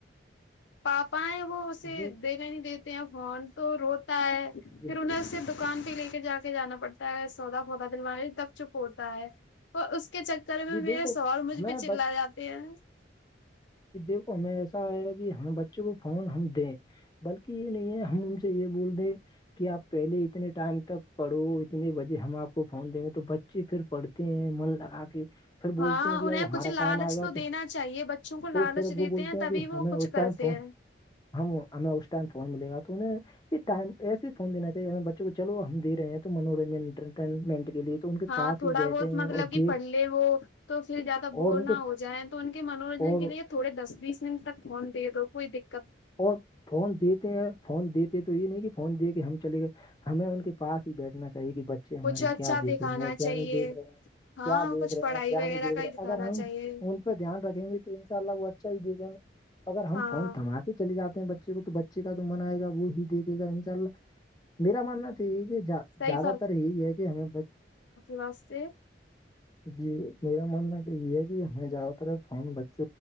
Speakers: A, on the left; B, on the left.
A: پاپا ہے وہ اسے
B: جی
A: دنےا نہیں دیتے ہیں فون تو روتا ہے
B: جی
A: پھر انہیں اسے دکان پہ لے کے جا کے جانا پڑتا ہے سودا ہوتا دوے تک چپ ہوتا ہے اور اس کے چکر میں
B: جی
A: میرے
B: دیکھو
A: سوور مجھ
B: ہمیں
A: پہ چلا
B: بچ
A: جاتا <inaudible>
B: کہ دیکھو ہمیں ایسا آیا کہ ہم بچوں کو فون ہم دیں بلکہ یہ نہیں ہے ہم ان سے یہ بول دیں کہ آپ پہلے اتنے ٹائم تک پڑھو اتنے بجے ہم آپ کو فون دیں گے تو بچے پھر پڑھتے ہیں من لگا کے پھر
A: ہاں
B: بولتے ہیں کہ
A: انہیں
B: اب ہمارا
A: کچھ لالچ
B: ٹائم آئے گا
A: دینا
B: تو
A: چاہیے بچوں کو لالچ
B: تو پھر
A: دیتے
B: وہ بولتے
A: ہیں تبھی
B: کہ
A: وہ
B: ہمیں
A: کچھ
B: اس
A: کرتے
B: ٹائم فون
A: ہیں
B: ہم ہمیں اس ٹائم فون ملے گا تو انہیں یہ ٹائم ایے ہی فون دین چاہیے ہم بچوں کو چلو ہم دے ہیں تو منورنجن انٹرٹینمنٹ کے لیے تو ان کے
A: ہاں
B: پاس
A: تھوڑا
B: ہی بیٹھے
A: بہت
B: ہیں
A: مطلب
B: اور
A: کہ
B: دیکھ
A: پڑ لے وہ تو پھر زیادہ بور
B: اور ان کے
A: نہ ہو جائےیں تو ان کے منورنجن
B: اور
A: کے لیے تھوڑے دس بیس منٹ تک فہون دے دو کوئی د
B: اور فون دیتے ہیں فون دیتے تو یہ نہیں کہ فون دے کہ ہم چلے گئے ہمیں ان کے پس ہی بیٹھنا چاہیے کہ بچ اچھے ہمارے
A: کچھ اچھا
B: کیا دیکھ
A: دکھانا
B: رہے ہیں
A: چاہیے
B: کیا نہیں دیکھ رہے ہیں
A: ہاں
B: کیا دیکھ
A: کچھ
B: رہے
A: پڑھائی
B: ہیں کیا
A: وغیرہ
B: نہیں دیکھ
A: کا
B: رہے
A: ہی دکھانا
B: اگر ہم
A: چاہیے
B: ان پہ دھیان رکھیں گے تو ان شاء اللہ وہ اچھا ہی دیکھیں گے اگر ہم
A: ہاں
B: فون تھما کے جاتے ہیں بچے کو تو بچے کا تو من آئے گ وہی دیکے گا ان شاء اللہ میرا ماننا تو یہ کہ
A: صحیح
B: زیادہ تر یہ ہے کہ ہمیں
A: واستے <unintelligible>
B: جی میرا ماننا تو یہ ہے کہ ہمیں زیادہ تر فون <unintelligible>